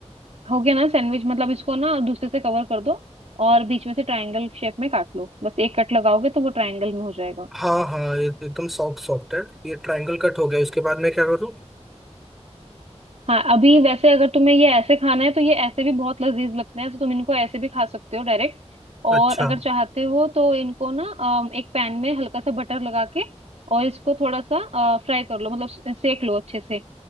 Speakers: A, on the right (about 70°); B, in the centre.
A: हो गया ना सैंडविच मतलब इसको ना दूसरे से कवर कर दो और बीच में से ट्रायंगल शेप में काट लो बस एक कट लगाओगे तो वो ट्रायंगल में हो जाएगा
B: हाँ हाँ ये एकदम सॉफ्ट सॉफ्ट है ये ट्रायंगल कट हो गया उसके बाद मैं क्या करूँ
A: हाँ अभी वैसे अगर तुम्हें ये ऐसे खाना है तो ये ऐसे भी बहुत लजीज लगते हैं तो तुम इनको ऐसे भी खा सकते हो डायरेक्ट और
B: अच्छा
A: अगर चाहते हो तो इनको ना अम, एक पैन में हल्का सा बटर लगा के और इसको थोड़ा सा फ्राई कर लो मतलब से- सेक लो अच्छे से